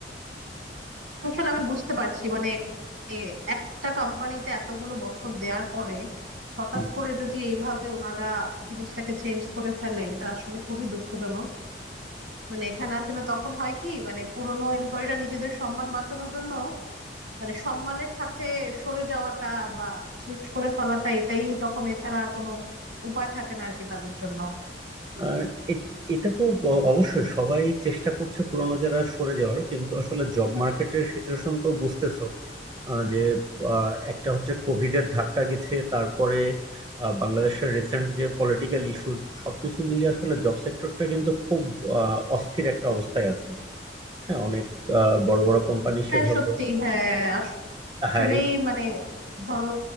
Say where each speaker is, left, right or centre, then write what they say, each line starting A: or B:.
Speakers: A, on the right; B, on the right.
A: আসলে আমি বুঝতে পারছি মানে এ একটা কোম্পানিতে এতগুলো বছর দেওয়ার পরে হঠাৎ
B: হুম,
A: করে যদি এইভাবে ওনারা জিনিসটাকে চেঞ্জ করে ফেলে এটা আসলে খুবই দুঃখজনক মানে এখানে আসলে তখন হয় কি মানে পুরোনো এমপ্লয়িরা নিজেদের সম্মান বাঁচানোর জন্য মানে সম্মানের সাথে সরে যাওয়াটা বা সুইচ করে ফেলাটা এটাই তখন এছাড়া আর কোনো উপায় থাকে না আর কি তাদের জন্য
B: আর এট- এটা তো অ- অবশ্যই সবাই চেষ্টা করছে পুরোনো যারা সরে যাওয়ার কিন্তু আসলে জব মার্কেটের সিচুয়েশন তো বুঝতেছো আহ, যে আহ, একটা হচ্ছে কোভিড এর ধাক্কা গেছে তারপরে আহ, বাংলাদেশের রিসেন্ট যে পলিটিক্যাল ইস্যুজ সবকিছু মিলিয়ে আসলে জব সেক্টরটা কিন্তু খুব আহ, অস্থির একটা অবস্থায় আছে হ্যাঁ অনেক আহ, বড় বড় কোম্পানি
A: হ্যাঁ
B: সেভাবে
A: সত্যি হ্যাঁ আসলেই
B: হায়ারিং
A: মানে ধরো